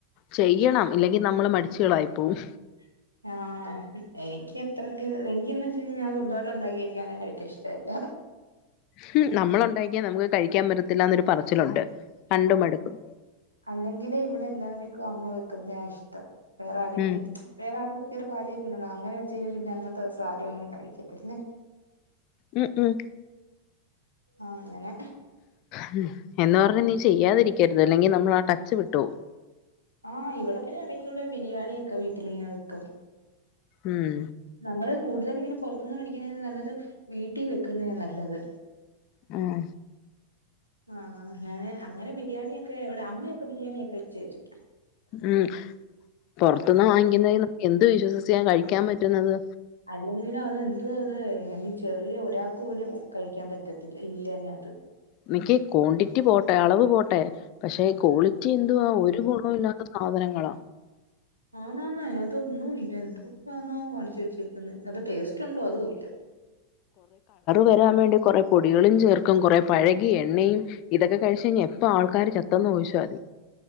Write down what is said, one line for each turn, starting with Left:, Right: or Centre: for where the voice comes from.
Left: ചെയ്യണം ഇല്ലെങ്കി നമ്മള് മടിചേളായിപ്പോവും
Right: <inaudible> ആഹ് എക്ക് എത്രക്ക് എനിക്കെന്നെച്ചഴിഞാ സ്വന്തായിട്ട് ണ്ടാക്കി എനിക്ക് അങ്ങനെ കഴിക്കാ ഇഷ്ടല്ല
Left: ഹും നമ്മളുണ്ടാക്കിയാ നമുക്ക് കഴിക്കാൻ പറ്റത്തില്ലാനൊരു പറച്ചിലുണ്ട് കണ്ടുമടുക്കും
Right: അല്ലെങ്കിലേ ഇവിടെ എല്ലാര്ക്കും അമ്മ വെക്കുന്നേ ഇഷ്ടം വേറാരും
Left: ഉം
Right: വേറാരോട് കയറി പാചോയ്ക്കുന്നില്ല അങ്ങനെചീലും പിന്നെ അന്നത്തെ ദിവസം ആരും അങ്ങനെ കഴിക്കത്തില്ല
Left: ഉം ഉം
Right: ആങ്ങനെ
Left: ഹും എന്ന് പറഞ്ഞ നീ ചെയ്യാതിരിക്കര്ത് അല്ലെങ്കിൽ നമ്മൾ ആ ടച്ച് വിട്ടോവും
Right: ആഹ് ഇവിടെപ്പ ഞാൻ ഇടയ്ക്കിവിടെ ബിരിയാണി ഒക്കെ വീട്ടിലിങ്ങനെ വെക്കും
Left: ഉം
Right: നമ്മള് കൂടുതലിങ്ങനെ പൊർത്ത്ന്ന് വേടിക്കിണേലും നല്ലത് വീട്ടിൽ വെക്കുന്നേ നല്ലത്
Left: ഉം
Right: ആഹ് ഞാന് അങ്ങനെ ബിരിയാണിയൊക്കെ ഇവടെ അമ്മയൊക്കെ ബിരിയാണിയൊക്കെ വെച്ചരും
Left: ഉം പൊർത്ത്ന്ന് വാങ്ങിക്കുന്നേനൊക്കെ എന്ത് വിശ്വസിച്ച കഴിക്കാൻ പറ്റുന്നത്
Right: അല്ലെങ്കിലും അതെന്തുവാത് ഇനി ചെറിയ ഒരാൾക്ക് പോലും കഴിക്കാൻ പറ്റത്തില്ല ഇല്ല ഐനകത്ത്
Left: നിക്ക് ക്വാണ്ടിറ്റി പോട്ടെ അളവ് പോട്ടെ പക്ഷെ ക്വാളിറ്റി എന്തുവാ ഒരു ഗുണോല്ലാത സാധനങ്ങളാ
Right: ആ നന്നെ ഐനാത്ത് ഒന്നുല്ല എന്തോനാനോ കാണിച്ചു വെച്ചേക്കുന്നെ അത് ടേസ്റ്റ്ണ്ടോ അതൂല്ല
Left: വെരാൻ വേണ്ടി കൊറേ പൊടികളും ചേർക്കും കൊറേ പഴകി എണ്ണയും ഇതൊക്കെ കഴിചൈഞ്ഞ എപ്പ ആൾക്കാര് ചത്തെന്ന് ചോയ്‌ച്ചാതി